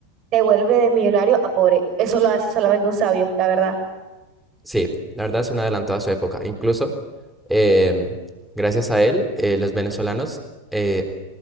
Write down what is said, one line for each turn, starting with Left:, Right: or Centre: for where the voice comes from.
Right: te vuelve de millonario a pobre. Eso lo hace solamente un sabio, la verdad.
Centre: Sí, la verdad es un adelantado a su época. Incluso, em, gracias a él, eh, los venezolanos eh,